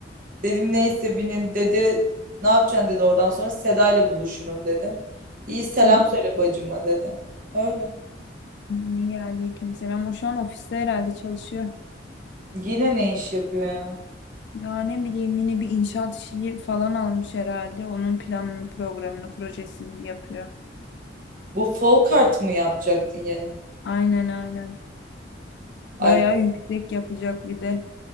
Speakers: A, on the right; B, on the left.
A: Dedim neyse binin dedi. Ne yapacaksın dedi oradan sonra Seda ile buluşurum dedim. İyi selam
B: Hı hı.
A: söyle bacıma dedi. Öyle.
B: niye aleykümselam. O şu an ofiste herhalde çalışıyor.
A: Yine ne iş yapıyor ya?
B: Ya ne bileyim yine bir inşaat işi falan almış herhalde. Onun planını, programını, projesini yapıyor.
A: Bu Folkart mı yapacaktı yeni?
B: Aynen aynen.
A: Ay
B: Bayağı yüksek yapacak bir de.